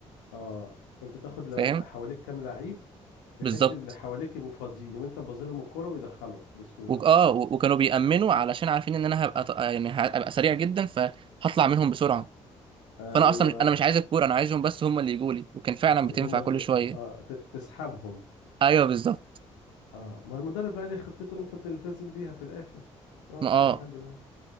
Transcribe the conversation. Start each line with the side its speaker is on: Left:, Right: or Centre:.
Left: اه انت تاخد لب-
Right: فاهم
Left: حواليك كام لعيب بحيث
Right: بالظبط
Left: اللي حواليك يبقوا فاضيين وانت تبازلهم الكرة ويدخلوا بسهولة
Right: وك- اه و- وكانوا بيأمنوا علشان عارفين ان انا هبقى ط- يعني هبقى سريع جدا فهطلع منهم بسرعه
Left: ايوه
Right: فانا اصلا مش انا مش عايز الكوره انا عايزهم بس هم اللي يجوا لي وكان فعلا بتنفع
Left: هما اللي
Right: كل
Left: آه
Right: شويه
Left: آه، ت- تسحبهم
Right: ايوه بالظبط
Left: اه ما المدرب بقى ليه خطته انت بتلتزم بيها في الاخر اه
Right: ما
Left: كل
Right: اه
Left: واحد بنا